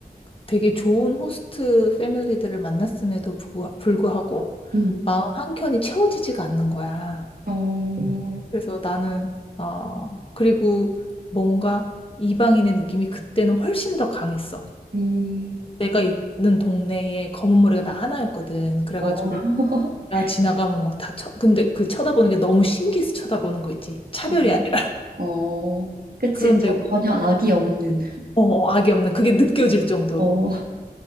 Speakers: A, on the left; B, on the right.
A: 되게 좋은 호스트 패밀리들을 만났음에도 불구- 불구하고
B: 음,
A: 마음 한켠이 채워지지가 않는 거야.
B: 어.
A: 그래서 나는 어 그리고 뭔가 이방인의 느낌이 그때는 훨씬 더 강했어.
B: 음,
A: 내가 있는 동네에 검은 머리가 나 하나였거든. 그래가지고
B: 어, <laughs>
A: 나 지나가면 막 다 쳐. 근데 그 쳐다보는 게 너무 신기해서 쳐다보는 거 있지. 차별이
B: 어,
A: 아니라. <laughs>
B: 어, 그치.
A: 그런데고
B: 전, 전혀 악이 없는.
A: 어 어, 악이 없는 그게 느껴질 정도로.
B: 어,